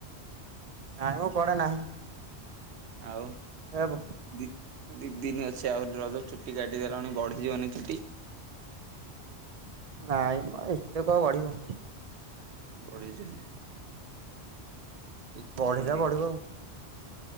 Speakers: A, on the right; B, on the right.
A: ନାଇଁ ମ କୁଆଡେ ନାହିଁ।
B: ଆଉ
A: ଏବଂ
B: ଦି ଦି ଦିନ ଅଛି ଆହୁରି ରଜ ଚୁଟି କାଟିଦେଲଣି ବଢିଯିବନି ଚୁଟି?
A: ନାଇଁ ମ ଏତେ କଁ ଆଉ ବଢିବ?
B: ଓଡ଼ିଶା। <unintelligible>
A: ବଢିଲେ ବଢିବ ଆଉ